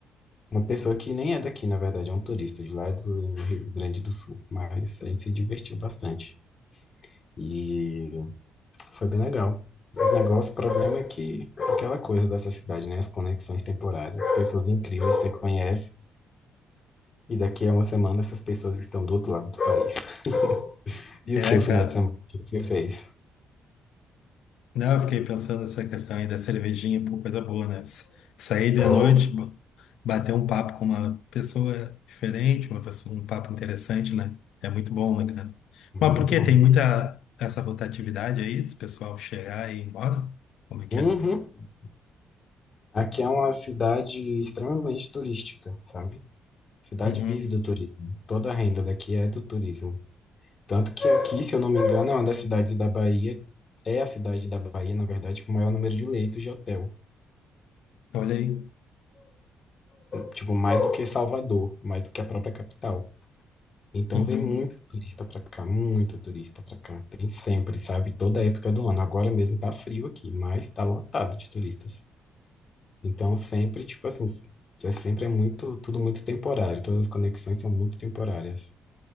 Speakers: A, on the left (about 40°); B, on the left (about 75°).
A: Uma pessoa que nem é daqui, na verdade, é um turista de lá é do Rio Grande do Sul, mas a gente se divertiu bastante e foi bem legal. O negócio, o problema é que aquela coisa dessa cidade, né? As conexões temporárias, pessoas incríveis que você conhece e daqui a uma semana essas pessoas estão do outro lado do país. <laughs> E
B: É,
A: o seu final
B: cara.
A: de semana, o que você fez?
B: Não, eu fiquei pensando nessa questão aí da cervejinha, pô, coisa boa, né? S- Sair de
A: Oh,
B: noite, bo- bater um papo com uma pessoa diferente, uma pessoa, um papo interessante, né? É muito bom, né, cara?
A: muito
B: Mas por que
A: bom.
B: tem muita essa rotatividade aí, desse pessoal chegar e ir embora? Como é que
A: Uhum.
B: é?
A: Aqui é uma cidade extremamente turística, sabe? Cidade
B: Uhum.
A: vive do turismo. Toda a renda daqui é do turismo. Tanto que aqui, se eu não me engano, é uma das cidades da Bahia, é a cidade da Bahia, na verdade, com o maior número de leitos de hotel.
B: Olha aí.
A: Tipo, mais do que Salvador, mais do que a própria capital. Então
B: Uhum.
A: vem muito turista pra cá, muito turista pra cá. Tem sempre, sabe? Toda época do ano. Agora mesmo tá frio aqui, mas tá lotado de turistas. Então sempre, tipo assim, s- é sempre é muito, tudo muito temporário, todas as conexões são muito temporárias.